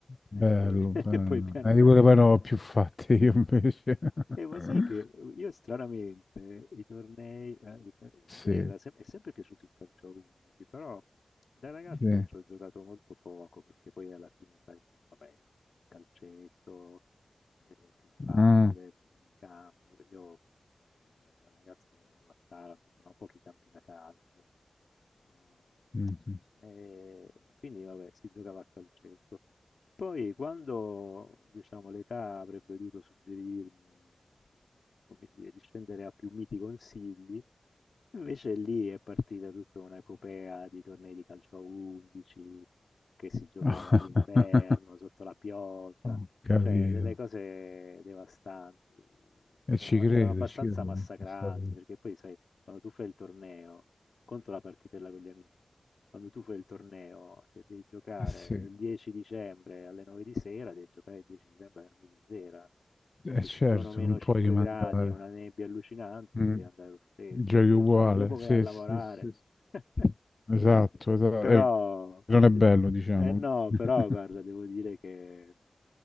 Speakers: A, on the left; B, on the left.
A: e
B: bello,
A: poi, <laughs>
B: bello.
A: e poi piano
B: Eh,
A: piano.
B: di quelle poi non ho più fatte io invece.
A: Eh, ma
B: <laughs>
A: sai che io stranamente i tornei, eh, il cal-
B: Sì,
A: a me era sem- è sempre piaciuto il calcio a 11, però da ragazzo
B: sì.
A: ci ho giocato molto poco perché poi alla fine, sai, vabbè, il calcetto, è è più facile,
B: Ah,
A: ci sono i campi. Io io, insomma da da ragazzo ero a Taranto, c'erano pochi campi da calcio, no,
B: mm, sì.
A: ehm, e quindi vabbè si giocava a calcetto. Poi quando, diciamo, l'età avrebbe dovuto suggerirmi, <laughs> come dire, di scendere a più miti consigli, invece lì è partita tutta un'epopea di tornei di calcio a 11 che si giocava
B: <laughs>
A: d'inverno sotto la pioggia.
B: Ho capito.
A: Cioè, delle cose devastanti,
B: E
A: erano,
B: ci credo,
A: erano abbastanza
B: ci credo.
A: massacranti,
B: È stato...
A: perché poi, sai, quando tu fai il torneo, conto la partitella con gli amici, quando tu fai il torneo, se devi giocare
B: Eh sì,
A: il 10 dicembre alle 9 di sera, devi giocare il 10 dicembre alle 9 di sera,
B: è
A: e se
B: certo,
A: ci sono meno
B: non puoi
A: 5
B: rimandare.
A: gradi e una nebbia allucinante,
B: Mm,
A: ci devi andare lo stesso,
B: giochi
A: e poi
B: uguale,
A: il giorno dopo vai
B: sì,
A: a lavorare.
B: sì, sì. sì.
A: <laughs>
B: Esatto, esatto.
A: Però,
B: Eh, non è bello, diciamo.
A: eh no,
B: <laughs>
A: però guarda, devo dire che